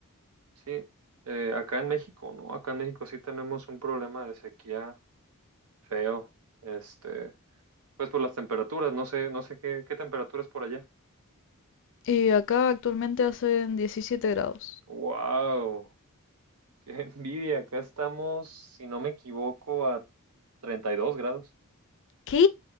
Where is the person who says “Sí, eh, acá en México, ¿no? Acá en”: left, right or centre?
Right